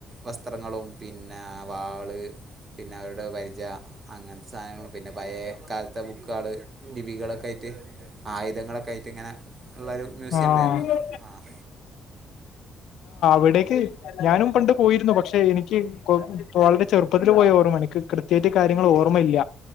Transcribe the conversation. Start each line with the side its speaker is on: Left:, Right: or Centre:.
Right: വസ്ത്രങ്ങളും പിന്നെ ആ വാള്. പിന്നെ അവരുടെ പരിച, അങ്ങൻത്തെ സാധനങ്ങളും പിന്നെ പയേ കാലത്തെ ബുക്കാള്. ലിപികളൊക്കെ ആയിട്ട് ആയുധങ്ങളൊക്കെ ആയിട്ട് ഇങ്ങനെ ഉള്ളൊരു. മ്യൂസിയംണ്ടേനെല്ലോ
Left: ആഹ്
Right: ആഹ്.
Left: വിടേക്ക്. ഞാനും പണ്ട് പോയിരുന്നു, പക്ഷെ എനിക്ക് കൊ കോളരെ ചെറുപ്പത്തിൽ പോയ ഓർമ്മണ്ട് ഇൻക്ക് ക്ട് ത്യയിട്ട് കാര്യങ്ങൾ ഓർമ്മയില്ല.